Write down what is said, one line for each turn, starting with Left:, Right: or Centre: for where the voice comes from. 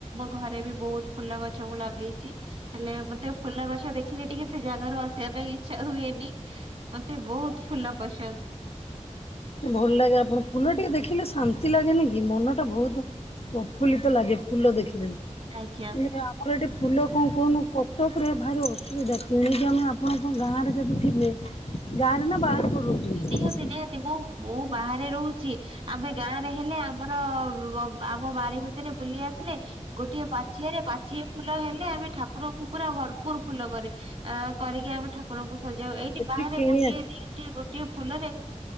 Right: ଘରେ ବି ବହୁତ୍ ଫୁଲ ଗଛ ମୁଁ ଲଗେଇଚି। ହେଲେ ମତେ ଫୁଲ ଗଛ ଦେଖିଲେ ଟିକେ, ସେ ଜାଗା ର ଆସିବା ପାଇଁ ହୁଏନି, ମତେ ବହୁତ୍ ଫୁଲ ପସନ୍ଦ୍।
Left: ଭଲ୍ ଲାଗେ, ଫୁଲ ଟିକେ ଦେଖିଲେ ଶାନ୍ତି ଲାଗେନି କି? ମନ ଟା ପ୍ରଫୁଲ୍ଲିତ ଲାଗେ, ଫୁଲ ଦେଖି ଦେଲେ।
Right: ଆଜ୍ଞା।
Left: <inaudible> ଗାଁ ରେ ନା ବାହାରେ
Right: <inaudible>
Left: ରହୁଛନ୍ତି
Right: ମୁଁ ବାହାରେ ରହୁଚି, ଆମେ ଗାଁରେ ହେଲେ ଆମ୍ର ଆମ ବା ବୁଲି ଆସିଲେ, ଗୋଟିଏ ପାଚିଆ ରେ ପାଚିଏ ଫୁଲ ହେଲେ ଆମେ ପୁରା ଭର୍ପୁର୍ ଫୁଲ କରେ କରିକି ଆମେ ଠାକୁରଙ୍କୁ ସଜାଉ, ଏଇଠି
Left: ସେଠି
Right: ବାହାରେ
Left: କିଣି
Right: ଗୋଟିଏ ଦିଇ ଗୋଟିଏ ଫୁଲରେ